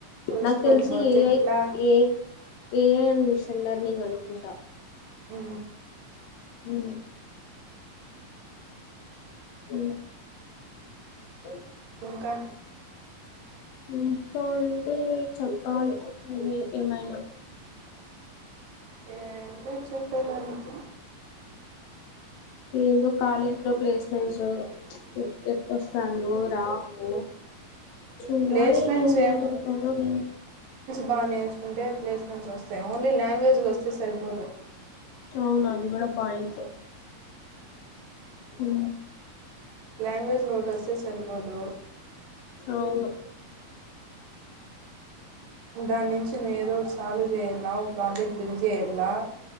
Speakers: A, on the right; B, on the left.
A: తెలుసుకోకపోతే
B: నాకు తెలిసి ఏఐ
A: ఎట్లా
B: ఏ ఏఐ మిషన్లర్నిగ్ అనుకుంటా
A: హు
B: హు హు ఓ
A: ఇంకా
B: ఇంకా అంటే చెప్పాలి మీ ఏమైనా
A: ఏం లేదు చెప్పేదానికి
B: ఏందో కాలేజ్ లో ప్లేస్మెంటసు ఎపడ్ యంట్లాస్తానందో రావు చూడాలి
A: ప్లేస్మెంట్స్
B: ఏం జరుగుతదో వేమో
A: బా నేర్చుకుంటే ప్లేస్మెంట్స్ వస్తాయి ఓన్లీ లాంగ్వేజ్లు వస్తే సరిపోదు
B: అవును అది కూడా పాయింటే హు
A: లాంగ్వేజ్ ఒకటి వస్తే సరిపోదు
B: అవును
A: దాని నుంచి నువ్వు ఏదో ఒకటి సాల్వ్ చేయలా ప్రాజెక్ట్ బిల్ చేయలా